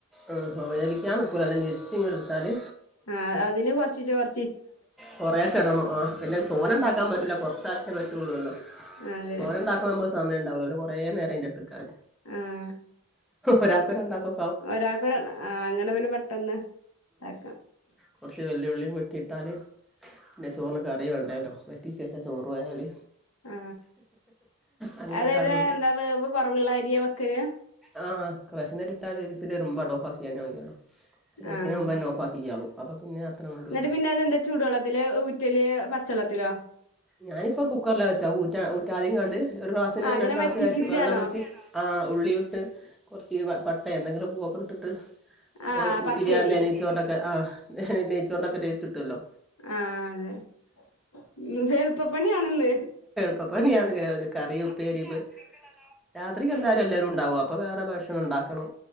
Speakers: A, in the centre; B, on the left.
A: ആഹ് വേവിക്കാൻ നിക്കൂല അല്ല ഞെര്ച്ച് ഇങ്ങട് ഇട്ത്താല്
B: ആഹ് അതിന് കൊർച്ചീച്ചെ ചൊർ
A: കുറേശെ ഇടണം ആ പിന്നെക്ക് തോനെ ഇണ്ടാക്കാൻ
B: ആഹ്
A: പറ്റൂല കൊർച്ചാക്കെ പറ്റൊള്ളല്ലോ
B: അതെ
A: തോനെണ്ടാക്കുമ്പോ സമയംണ്ടാവുലല്ലോ കൊറെ നേരയ്ന്റെ എട്ത്ത് നിക്കാൻ.
B: ആഹ്
A: ഒരാക്കോ രണ്ടാക്കോ
B: ഒരാക്ക് ആ രണ്ടാ അങ്ങനെ പിന്നെ പെട്ടെന്ന്ണ്ടാക്കാം
A: കൊർച്ച് വെല്ലിഉള്ളീം വെട്ടിട്ടാല് പിന്നെ ചോർന് കറി വേണ്ടേലോ വറ്റിചെച്ചെ ചോറു ആയാല്
B: ആ
A: അങ്ങനെയൊക്കെ
B: ഹ്അതായതാ
A: അത്
B: എന്താ വേവ് കുറവുള്ള അരിയ വെക്കല്
A: ആ ക്രാഷ് നരി ഇട്ടാ ഒരു വിസിൽ വരു മ്പോ ഓഫ് ആക്കിയാൽ മതിയല്ലോ വിസലടിക്കിന്
B: ആഹ്
A: മുമ്പേഓഫാക്കി ക്കാളും അപ്പൊ പിന്നെ അത്ര മതിയല്ലോ
B: എന്നിട്ട് പിന്നെ അതെന്താ ചൂടുവെള്ളത്തില് ഊറ്റല് പച്ചവെള്ളത്തി ലോ
A: ഞാനിപ്പ കുക്കറില വെച്ചാ ഊറ്റ ഊറ്റാണ്ട് കാണ്ട് ഒരു ക്ലാസ്സിന്
B: ആഹ് അങ്ങനെ
A: രണ്ട് ക്ലാസ്
B: വറ്റിച്ചിക്കാണോ
A: വെള്ളം വെച്ച് ആ ഉള്ളി ഇട്ട് കുറച്ച് പട്ട എന്തെങ്കിലും പൂവൊക്കെ ഇിട്ടിട്ട് അപ്പൊ
B: ആഹ് പച്ചരി
A: ബിരിയാണി നീച്ചോണ്ടൊക്കെ ആഹ് നെയ്ചോറിന്റെ ഒക്കെ ടേസ്റ്റ് കിട്ടുവല്ലോ
B: ആഹ് അതെ വേൽപ്പ പണി ആണന്ന്
A: പ്പ പണിയാണ് ഒരു കറിയും ഉപ്പേരിവ് രാത്രിക്ക് എന്തായാലും എല്ലാവരും ഉണ്ടാവും അപ്പൊ വേറെ ഭക്ഷണം ഉണ്ടാക്കണം